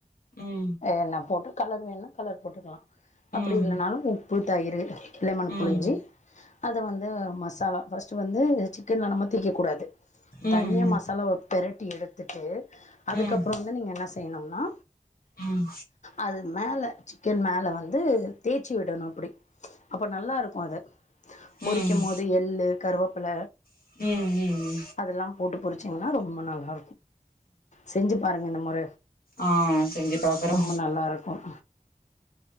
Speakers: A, on the left; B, on the left.
A: ம்
B: என்ன போட் டு கலர் வேணுணா கலர் போட்டுக்கலா அப்டி
A: ம்
B: இல்லனாலு உப்பு தயிரு லெமன்
A: ம்
B: புளிஞ்சு
A: ம்
B: அத வந்து மசாலா ஃபஸ்ட்டு வந்து சிக்கன்ல நம்ம தீ்க்ககூடாது
A: ம்
B: தனியா மசாலாவ பெரட் டி எடுத்துட்டு
A: ம்
B: அதுக்கப்புறொ வந்து நீங்க என்னச் செய்யணும்னா
A: ம்
B: அது மேல சிக்கன் மேல வந்து தேய்ச்சு விடணு அப்டி அப்ப நல்லா இருக்கு அது பொரிக்கும்
A: ம்
B: போது எள்ளு கருவ பில
A: ம் ம்
B: அதெல்லா போட்டு பொரிச்சிங்க அ ரொம்ப நல்லா செஞ்சு பாருங்க இந்த மொர
A: ஆ செஞ்சு பாக்குறோ
B: ரொம்ப நல்லா இருக்கும்